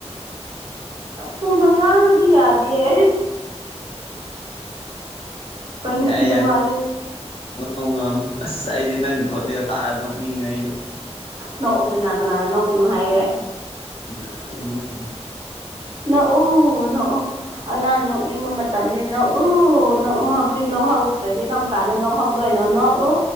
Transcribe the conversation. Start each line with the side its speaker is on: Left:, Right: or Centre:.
Right: ꯐꯨꯅ ꯉꯥꯡꯅꯗꯤ ꯌꯥꯗꯤꯌꯦ ꯀꯩꯅꯣ
Left: ꯌꯥꯏ
Right: ꯁꯤ ꯅꯨꯄꯥꯁꯦ
Left: ꯌꯥꯏ ꯉꯥꯎ ꯉꯥꯎ ꯑꯁ ꯑꯩꯗꯤ ꯅꯪꯒꯤ ꯈꯣꯟꯖꯦꯜ ꯇꯥꯔ ꯅꯣꯛꯅꯤꯡꯉꯩꯩꯗ
Right: ꯅꯣꯎꯗ ꯅꯒꯅꯥ ꯅꯣꯅꯨ ꯍꯥꯏꯋꯦ
Left: ꯣ ꯏꯩ <unintelligible> ꯅ
Right: ꯅꯣꯛꯎ ꯅꯣꯛꯎ ꯑꯉꯥꯡ ꯅꯣꯛꯅꯤꯡꯕ ꯃꯇꯝꯅꯤ ꯅꯣꯛꯎ ꯅꯣꯛꯎ ꯍꯧꯖꯤꯛ ꯅꯣꯍꯧꯗꯔꯗꯤ ꯀꯝ ꯀꯥꯟꯗ ꯅꯣꯈꯧꯗꯣꯢꯅꯣ ꯅꯣꯛꯎ